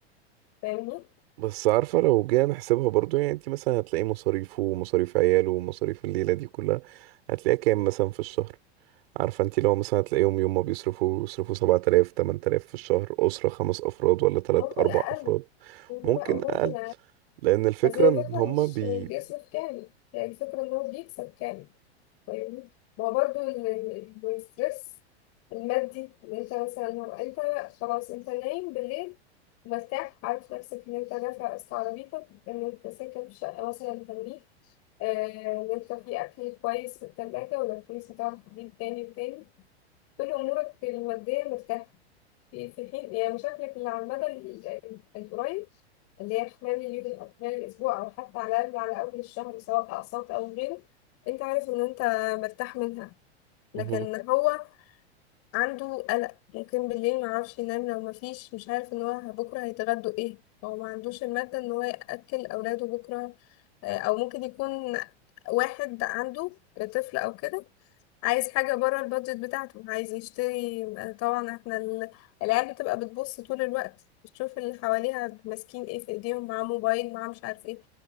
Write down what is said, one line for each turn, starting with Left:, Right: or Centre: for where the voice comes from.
Left: فاهمني
Right: بس عارفة لو جينا نحسبها برضو يعني انت مثلا هتلاقي مصاريفه ومصاريف عياله ومصاريف الليلة دي كلها هتلاقيها كام مثلا في الشهر عارفه انت لو مثلا هتلاقيهم يوم ما بيصرفوا يصرفوا 7000 8000 في الشهر اسره خمس افراد ولا ثلاث
Left: ممكن
Right: اربع
Left: اقل
Right: افراد
Left: لا
Right: ممكن
Left: وممكن
Right: اقل لان الفكره
Left: بس هي الفكرة
Right: ان هما
Left: مش
Right: بي
Left: بيصرف كامل يعني الفكرة إن هو بيكسب كامل فاهمني ما هو برضه ال- ال- الستريس المادي اللي انت مثلا هو انت خلاص انت نايم بالليل مرتاح عارف نفسك ان انت دافع قسط عربيتك ان انت ساكن في شقة مثلا بتمليك آه، ان انت في اكل كويس في التلاجة ولو فلوس هتعرف تجيب تاني وتاني كل أمورك المادية مرتاحة في في حين يعني مشاكلك اللي على المدى ال- ال- القريب اللي هي خلال اليوم أو خلال الأسبوع أو حتى على الأقل على أول الشهر سواء أقساط أو غيره أنت عارف إن أنت مرتاح منها
Right: مهم.
Left: لكن هو عنده قلق ممكن بالليل معرفش ينام لو مفيش مش عارف إن هو بكرة هيتغدوا إيه هو ما عندوش المادة إن هو يأكل أولاده بكرة آه، أو ممكن يكون واحد عنده طفل أو كده عايز حاجة بره البادجت بتاعته عايز يشتري آه، طبعا احنا ال- العيال بتبقى بتبص طول الوقت بتشوف اللي حواليها ماسكين ايه في ايديهم معاه موبايل معاه مش عارف ايه